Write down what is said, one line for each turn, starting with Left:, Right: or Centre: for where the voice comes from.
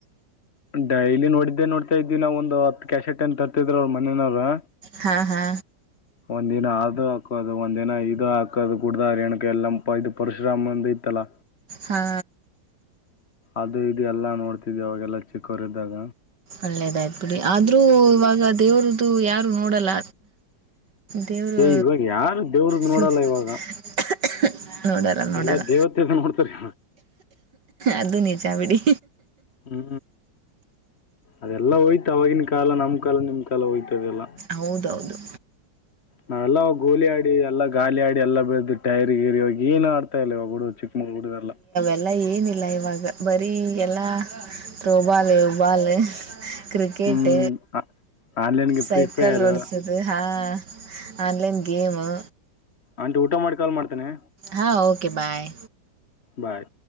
Left: ಡೈಲಿ ನೋಡಿದ್ದೆ ನೋಡ್ತಾ ಇದ್ವಿ ನಾವ ಒಂದು ಹತ್ತು ಕ್ಯಾಶೆಟ್ ಏನ್ ತತಿದ್ರ ಮನೆನವರು.
Right: ಹಾ ಹಾ
Left: ಒಂದ್ ದಿನ ಆದು ಹಾಕೋದು ಒಂದಿನ ಇದು ಹಾಕೋದು ಕುೂಡ್ದ ರೇಣುಕಾ ಯಲ್ಲಮ್ಮ ಇದು ಪರಶುರಾಮಂದು ಇತ್ತಲ್ಲ.
Right: ಹಾ
Left: ಅದು ಇದು ಎಲ್ಲ ನೋಡ್ತಿದ್ವಿ ಅವಾಗೆಲ್ಲ ಚಿಕ್ಕಅವ್ರು ಇದ್ದಾಗ.
Right: ಒಳ್ಳೇದಾಯ್ತು ಬಿಡಿ ಆದರೂ ಇವಾಗ ದೇವ್ರದ್ದು ಯಾರು ನೋಡಲ್ಲ. ದೇವರು
Left: ಏ ಇವಾಗ ಯಾರು ದೇವ್ರ್ದ
Right: ಸಿ
Left: ನೋಡಲ್ಲ ಇವಾಗ.
Right: <inaudible> ನೋಡಲ್ಲ
Left: ಎಲ್ಲಾ ದೇವತೆದ ನೋಡ್ತಾರೆ.
Right: ಅದು ನಿಜ ಬಿಡಿ.
Left: ಹ್ಮ್ ಅದೆಲ್ಲ ಹೋಯ್ತ ಆವಾಗಿನ ಕಾಲ ನಮ್ ಕಾಲ ನಿಮ್ ಕಾಲ ಹೋಯ್ತ ಅದೆಲ್ಲ.
Right: ಹೌದೌದು.
Left: ನಾವೆಲ್ಲ ಗೋಲಿ ಆಡಿ ಎಲ್ಲ ಗಾಲೀ ಆಡಿ ಎಲ್ಲ ಬೆದ ಟೈರ್ ಗೀರ ಹೋಗಿ ಏನ್ ಆಡ್ತಾ ಇಲ್ಲವ ಹುಡು ಚಿಕ್ಕ ಮಕ್ಕಳು ಹುಡುಗರುಯೆಲ್ಲಾ.
Right: ಎಲ್ಲ ಏನಿಲ್ಲ ಇವಾಗ ಬರೀ ಎಲ್ಲ ಥ್ರೋ ಬಾಲ್ ಯ ಬಾಲು ಕ್ರಿಕೆಟ್
Left: ಹ್ಞೂ ಆನ್ಲೈನ್ಗೆ
Right: ಸೈಕಲ
Left: ಫ್ರೀ ಫೈರ್
Right: ಹೊಡಿಸೋದು. ಅದು ಹಾ ಆನ್ಲೈನ್ ಗೇಮು.
Left: ಆಂಟಿ ಊಟ ಮಾಡಿ ಕಾಲ್ ಮಾಡ್ತೇನೆ.
Right: ಹಾಂ ಓಕೆ ಬಾಯ್.
Left: ಬಾಯ್.